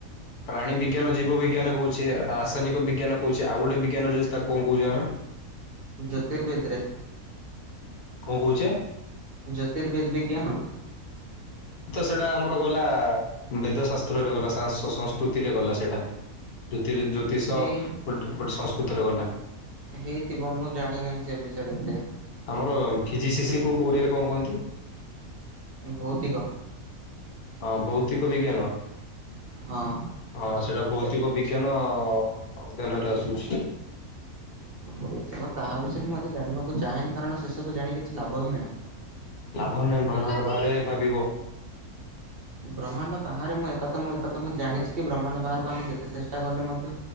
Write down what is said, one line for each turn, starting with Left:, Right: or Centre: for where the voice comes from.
Left: ପ୍ରାଣୀ ବିଜ୍ଞାନ ଜୀବ ବିଜ୍ଞାନ କହୁଛେ, ରାସାୟନିକ ବିଜ୍ଞାନ କହୁଛେ ଆଉ ଗୋଟେ ବିଜ୍ଞାନ ଯୋଉ ଅଛି ତାକୁ କଣ କହୁଛେ ଆମେ?
Right: ଜ୍ୟୋତିର୍ବିଦରେ।
Left: କୋହୁଚେ।
Right: ଜ୍ୟୋତିର୍ବିଦ ବିଜ୍ଞାନ?
Left: ସେଟା ଆମର ଗଲା ବେଦ ଶାସ୍ତ୍ରରେ ଗଲା, ସା ସଂସ୍କୃତିରେ ଗଲା ସେଇଟା। ଜୋତିର୍ବିଦ-ଜ୍ୟୋତିଷ
Right: ହେଇ
Left: ଗୋଟେ-ଗୋଟେ ସଂସ୍କୃତରେ ଗଲା।
Right: ହେଇଥିବ ମୁଁ ଜାଣିନାହିଁ ସେ ବିଷୟରେ ଏତେ
Left: ଆମର ଫିଜିସିସି କୁ ଓଡିଆରେ କଁ କଅନ୍ତି?
Right: ଭୌତିକ।
Left: ହଁ ଭୌତିକ ବିଜ୍ଞାନ?
Right: ହଁ
Left: ହଁ ସେଟା ଭୌତି କ ବିଜ୍ଞାନ-ଅ-ଅ ଅଧ୍ୟୟନରେ ଆସୁଛି।
Right: ହୋଇଥିବ, ତାହା ବିଷୟରେ ମୁଁ ଏତେ ଜାଣିବାକୁ ଚାହେଁନି। କାରଣ, ସେ ସବୁ ଜାଣି କିଛି ଲାଭ ହିଁ ନାହିଁ।
Left: ଲାଭ ନାହିଁ ବ୍ରହ୍ମାଣ୍ଡ ବାହାରେ ଭାବିବ।
Right: ବ୍ରହ୍ମାଣ୍ଡ। ବାହାରେ ମୁଁ ଏ କଥା ମୁଁ ଏ କଥା ମୁଁ ଜାଣିଚି। କି ବ୍ରହ୍ମାଣ୍ଡ ବାହାରକୁ ଆମେ ଯେତେ ଚେଷ୍ଟା କଲେ ମଧ୍ୟ,